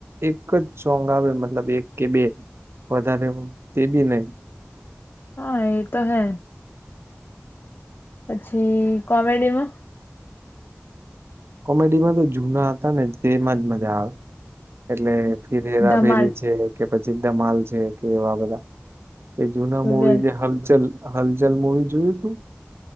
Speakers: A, on the right; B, on the left.
A: એક જ સોંગ આવે મતલબ એક કે બે વધારે તે બી નહી.
B: હા એતો હે. પછી કોમેડીમાં?
A: કોમેડીમાં તો જૂના હતા ને તેમાં જ મજા આવે. એટલે ફીરહેરાફેરી
B: ધમાલ
A: છે. કે પછી ધમાલ છે કે એવા બધા, એ જૂના મૂવી
B: વે
A: જે હલચલ હલચલ મુવી જોયું હતું?